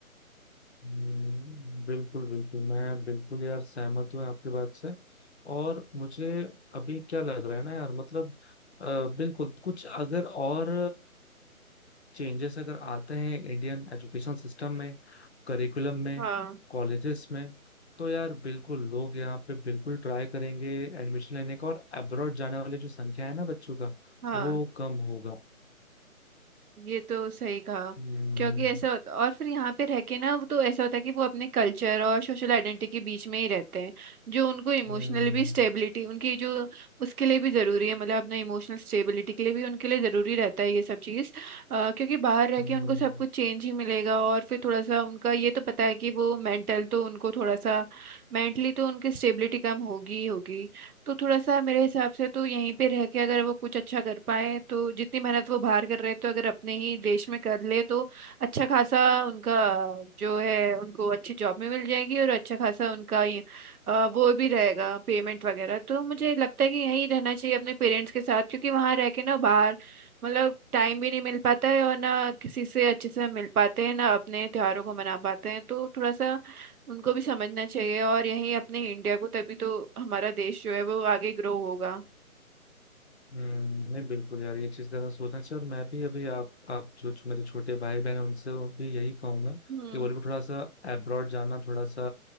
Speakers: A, on the left; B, on the right.
A: हम्म, बिल्कुल बिल्कुल मैं बिल्कुल यार सहमत हूँ आपके बात से और मुझे अभी क्या लग रहा है ना यार मतलब अ, बिल्कुल कुछ अगर और चेंजेस अगर आते हैं इंडियन एजुकेशन सिस्टम में करिकुलम में
B: हाँ
A: कॉलेजेस में तो यार बिल्कुल लोग यहाँ पे बिल्कुल ट्राई करेंगे एडमिशन लेने का और अब्रॉड जाने वाले जो संख्या है ना बच्चों का
B: हाँ
A: वो कम होगा
B: ये तो सही कहा
A: हम्म
B: क्योंकि ऐसा होता और फिर यहाँ पे रह के ना वो तो ऐसा होता है कि वो अपने कल्चर और सोशल आइडेंटिटी के बीच में ही रहते हैं जो उनको इमोशनल
A: हम्म
B: भी स्टेबिलिटी उनकी जो उसके लिए भी ज़रूरी है मतलब अपने इमोशनल स्टेबिलिटी के लिए भी उनके लिए ज़रूरी रहता है ये सब चीज़ अ, क्योंकि बाहर रह
A: हम्म
B: के उनको सब कुछ चेंज ही मिलेगा और फिर थोड़ा सा उनका ये तो पता है कि वो मेंटल तो उनको थोड़ा सा मेंटली तो उनकी स्टेबिलिटी कम होगी ही होगी तो थोड़ा सा मेरे हिसाब से तो यहीं पे रह के अगर वो कुछ अच्छा कर पाए तो जितनी मेहनत वो बाहर कर रहे तो अगर अपने ही देश में कर ले तो अच्छा खासा उनका जो है उनको अच्छी जॉब में मिल जाएगी और अच्छा खासा उनका ये, अ, वो भी रहेगा पेमेंट वगैरह तो मुझे लगता है कि यहीं रहना चाहिए अपने पेरेंट्स के साथ क्योंकि वहां रह के ना बाहर मतलब टाइम भी नहीं मिल पाता है और ना किसी से अच्छे से मिल पाते हैं ना अपने त्योहारों को मना पाते हैं तो थोड़ा सा उनको भी समझना चाहिए और यही अपने इंडिया को तभी तो हमारा देश जो है वो आगे ग्रो होगा
A: हम्म, नहीं बिल्कुल यार ये चीज जरा सोचना चाहिए और मैं भी अभी आप आप जो जो मेरे छोटे भाई बहन हैं उनसे भी यही कहूंगा
B: हम्म
A: कि वो लोग भी थोड़ा सा अब्रॉड जाना थोड़ा सा